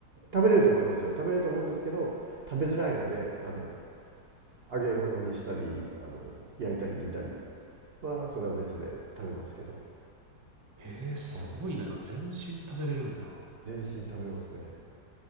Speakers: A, on the right; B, on the right.
A: 食べれると思いますよ食べれると思うんですけど食べづらいのであの
B: <laughs> うんうん
A: 揚げ物にしたりあの焼いたり煮たりはそれは別で食べますけど、
B: へえ、すごいな。
A: はい、
B: 全身食べれるんだ。
A: 全身食べれますね。